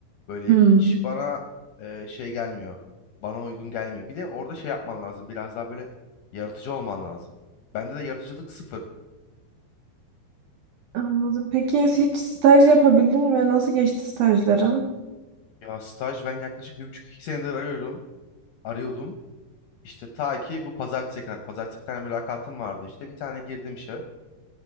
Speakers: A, on the left (about 75°); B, on the right (about 85°).
A: Böyle
B: Hmm.
A: hiç bana e, şey gelmiyor. Bana uygun gelmiyor. Bir de orada şey yapman lazım. Biraz daha böyle yaratıcı olman lazım. Bende de yaratıcılık sıfır.
B: Anladım. Peki hiç staj yapabildin ve nasıl geçti stajların?
A: Ya staj ben yaklaşık bir buçuk iki senedir arıyorum. Arıyordum. İşte ta ki bu pazartesiye kadar. Pazartesi bir tane mülakatım vardı işte. Bir tane girdim işe.